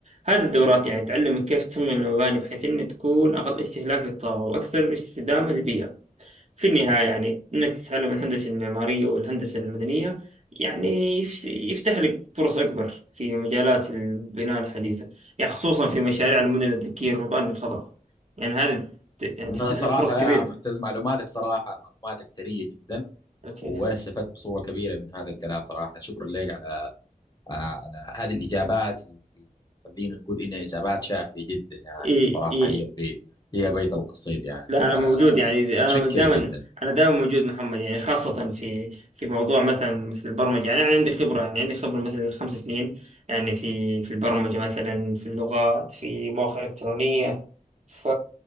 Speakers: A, on the right; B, on the left.
A: هذه الدورات يعني تعلمك كيف تصمم المباني بحيث أن تكون أقل استهلاك للطاقة وأكثر استدامة للبيئة في النهاية يعني إنك تتعلم الهندسة المعمارية والهندسة المدنية يعني يف- يفتح لك فرص أكبر في مجالات البناء الحديثة يعني خصوصا في مشاريع المدن الذكية والمباني الخضراء يعني هذه ت- يعني
B: انا
A: تفتح
B: صراحه
A: لك فرص كبيرة
B: يا معتز معلوماتك صراحه معلوماتك ثريه جدا
A: أوكي
B: وانا استفدت بصوره كبيره من هذا الكلام صراحه شكرا لك على على هذه الاجابات اللي خلينا نقول انها اجابات شافيه جدا يعني
A: إي
B: وصراحه
A: إي
B: هي في هي بيت القصيد يعني
A: لا انا موجود يعني
B: فمتشكر
A: انا دائما
B: جدا
A: انا دائما موجود محمد يعني خاصه في في موضوع مثلا مثل البرمجه يعني انا عندي خبره يعني عندي خبره مثل خمس سنين يعني في في البرمجه مثلا في اللغات في مواقع الكترونيه ف